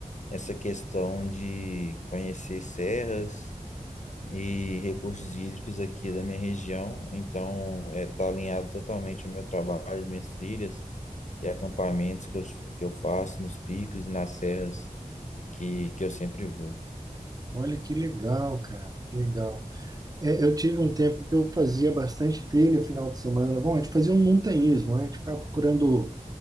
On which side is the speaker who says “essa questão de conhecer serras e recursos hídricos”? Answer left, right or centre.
Left